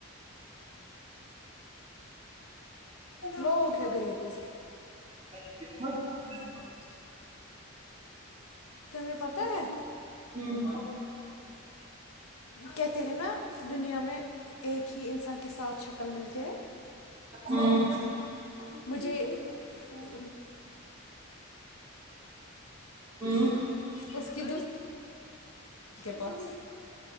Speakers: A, on the left (about 80°); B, on the right (about 25°).
A: لوگ ہیں گئے گزرے
B: <inaudible>
A: تمہیں پتہ ہے
B: ہوں
A: کہتے ہیں نا دنیا میں ایک ہی انسان کے ساتھ شکل ملتی ہے
B: ہوں
A: نا مجھے <inaudible> <inaudible>
B: ہوں
A: کس کے پاس